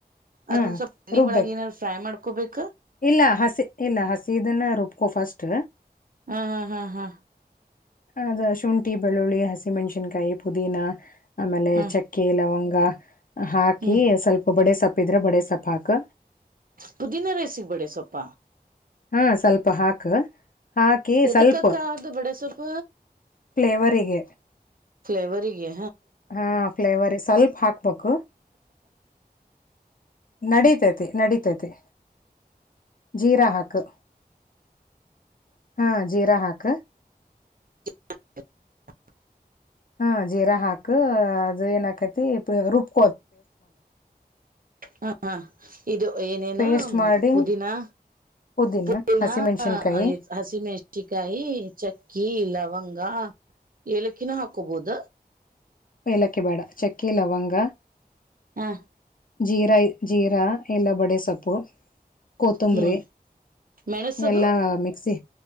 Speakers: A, on the right; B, on the left.
A: ಅದನ್
B: ಹಾ
A: ಸ್ವಲ್ಪ ಎಣ್ಣಿ
B: ರುಬ್ಬೇಕು
A: ಒಳಗ ಏನರ ಫ್ರೈ ಮಾಡ್ಕ ಕುಬೇಕ್.
B: ಇಲ್ಲ ಹಸಿ ಇಲ್ಲ ಹಸಿದನ್ನ ರುಬ್ಕೊ ಫಸ್ಟ್.
A: ಹ ಹಾ ಹಾ ಹಾ
B: ಅದ ಶುಂಠಿ ಬೆಳ್ಳುಳ್ಳಿ ಹಸಿಮೆಣ್ಸಿನ್ಕಾಯಿ ಪುದೀನಾ. ಆಮೇಲೆ
A: ಹ್ಮ್
B: ಚಕ್ಕೆ ಲವಂ ಗ ಹಾಕಿ
A: ಹ್ಮ್
B: ಸ್ವಲ್ಪ ಬಡೇ ಸಪ್ಪ್. ಪಿದ್ರ ಬಡೆ ಸೊಪ್ಪು ಹಾಕ್.
A: ಪುದೀನ ರೈಸ್ಗ ಬಡೆ ಸೊಪ್ಪ.
B: ಹಾ ಸ್ವಲ್ಪ ಹಾಕು. ಹಾಕಿ
A: ಎದುಕಕ್ಕಾ
B: ಸ್ವಲ್ಪ
A: ಅದು ಬಡಸೊ ಪ್ಪ.
B: ಫ್ಲೇವರಿಗೆ.
A: ಫ್ಲೇವರಿಗೆ
B: ಹಾ ಫ್ಲೇವರ್ಗ ಸ್ವಲ್ಪ ಹಾಕ್ಬಕು. ನಡಿತೇತಿ ನಡಿತೇತಿ ಜೀರಾ ಹಾಕು ಹಾ ಜೀರಾ ಹಾಕು.
A: <inaudible>
B: ಹಾ ಜೀರಾ ಹಾಕು ಅದು ಏನಾಕತಿ ಪುಳಿ ರುಬ್.
A: ಹ ಹಾ ಇದು ಏನೇನು
B: ಪೇಸ್ಟ್ ಮಾಡಿ
A: ಪುದೀನಾ
B: ಪುದೀನ
A: ಪುದೀನಾ
B: ಹಸಿಮೆಣಸಿನ್ಕಾಯಿ
A: <unintelligible> ಹಸಿಮೆಣಸಿಕಾಯಿ ಚಕ್ಕಿ ಲವಂ <unintelligible> ಏಲಕ್ಕಿನೂ ಹಾಕೋಬೋದ.
B: ಏಲಕ್ಕಿ ಬೇಡ ಚಕ್ಕೆ ಲವಂಗ.
A: ಹಾ
B: ಜೀರಾ ಜೀರಾ ಇಲ್ಲ ಬಡೆ ಸೊಪ್ಪು. ಕೊತ್ತಂಬರಿ
A: ಹ್ಮ್ ಮೆಣಸದು
B: ಎಲ್ಲಾ ಮಿಕ್ಸಿ.